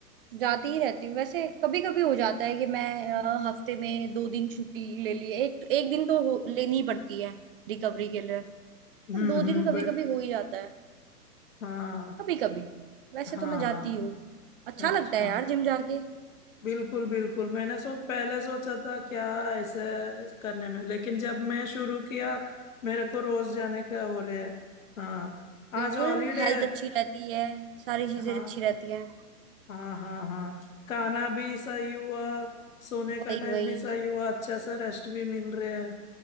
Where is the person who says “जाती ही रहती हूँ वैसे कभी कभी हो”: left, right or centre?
Right